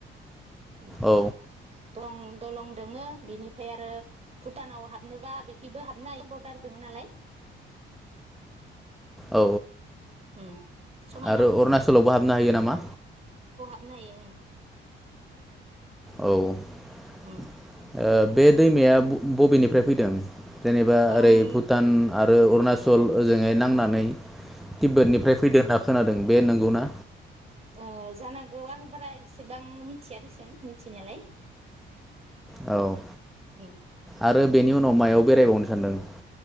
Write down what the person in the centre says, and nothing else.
औ
औ
आरो अरुणाचलावबो हाबनो हायो नामा?
औ ओ
बे दैमाया बबेनिफ्राय फैदों जेनेबा
ओरै भुटान आरो अरुणाचल ओजोंहै नांनानै तिब्बतनिफ्राय फैदो होनना खोनादों बे नंगौना?
औ
आरो बेनि उनाव मायाव बेरायबावनो सानदों?